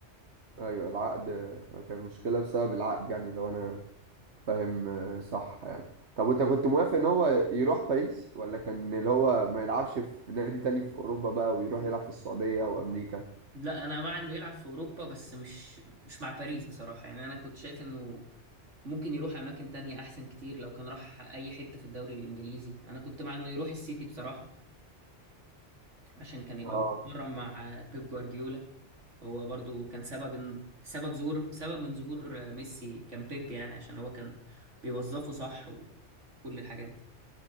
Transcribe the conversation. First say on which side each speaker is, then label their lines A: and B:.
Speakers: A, on the right; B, on the right.
A: ايوه العقد آه، كانت مشكلة بسبب العقد يعني لو انا فاهم آه، صح يعني طب وانت كنت موافق ان هو يروح باريس ولا كان اللي هو ما يلعبش في نادي تاني في اوروبا بقى ويروح يلعب في السعودية او امريكا
B: لا انا مع انه يلعب في اوروبا بس مش مش مع باريس بصراحه يعني انا كنت شايف انه ممكن يروح اماكن تانية احسن كتير لو كان راح اي حتة في الدوري الانجليزي انا كنت مع انه يروح السيتي بصراحة عشان كان يبقى
A: اه
B: بيتمرن مع بيب جوارديولا هو برضو كان سبب إن- سبب ظهور سبب من ظهور ميسي كان بيب يعني عشان هو كان بيوظفه صح وكل الحاجات دي